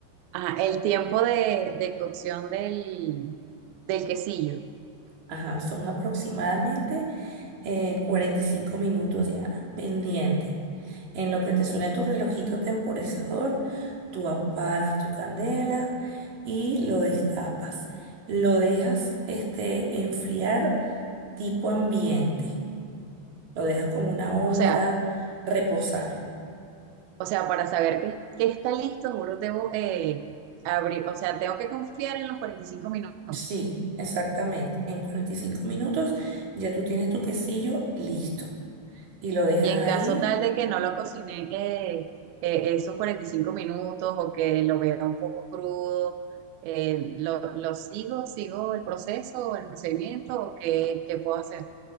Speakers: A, on the right; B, on the right.
A: Ajá, el tiempo de, de cocción del, del quesillo.
B: Ajá, son aproximadamente eh, 45 minutos, Diana, pendiente. En lo que te suene tu relojito temporizador, tú apagas tu candela y lo destapas. Lo dejas este, enfriar tipo ambiente. Lo dejas como una hora,
A: O sea,
B: reposar.
A: o sea, para saber que, que está listo, juro, debo eh, abrir, o sea, tengo que confiar en los 45 minutos.
B: Sí, exactamente. En 45 minutos ya tú tienes tu quesillo listo. Y lo dejas
A: Y en
B: ahí
A: caso tal de que no lo cociné eh, eh, esos 45 minutos o que lo vea un poco crudo, eh, lo, lo sigo, sigo el proceso, el procedimiento o qué, qué puedo hacer.